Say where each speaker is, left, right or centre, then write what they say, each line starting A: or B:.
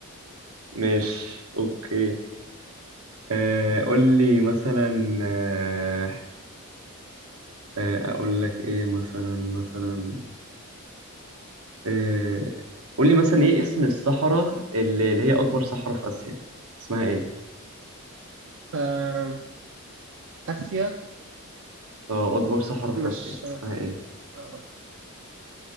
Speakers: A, on the right; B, on the right.
A: مش أوكي آه، قول لي مثلا آه، آه، أقول لك إيه مثلا مثلا آه، قول لي مثلا إيه اسم الصحراء اللي اللي هي أكبر صحراء في آسيا اسمها إيه؟
B: أم... آسيا
A: أه أكبر صحراء في
B: مش
A: آسيا اسمها إيه؟
B: آه،